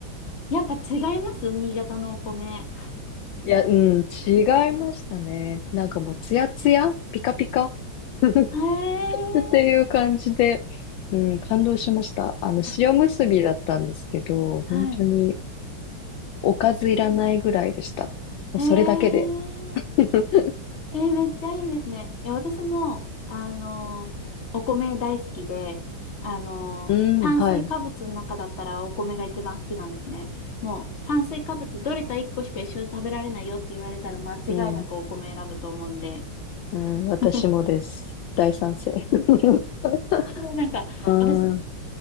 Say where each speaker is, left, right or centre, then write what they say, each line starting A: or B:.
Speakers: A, on the left; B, on the left.
A: やっぱ違います新潟のお米。
B: いや、うん、違いましたね。なんかもうツヤツヤ、ピカピカ <laughs>
A: へえ。
B: っていう感じで、うん、感動しました。あの、
A: あ、
B: 塩結びだったんですけど、
A: はい。
B: 本当におかずいらないぐらいでした。もうそれだけで。
A: へえ。
B: <laughs>
A: えーめっちゃいいですね。いや、私も、あのーお米大好きで、あのー炭水化物の中だったらお米が一番好きなんですね。
B: うん、はい。
A: もう、炭水化物どれか一個しか一緒に食べられないよって言われたら間違いなくお米選ぶと思うんで。
B: うん。うん、私もです。
A: <laughs>
B: 大賛成。<laughs>
A: でもなんか、
B: ああ、
A: 私、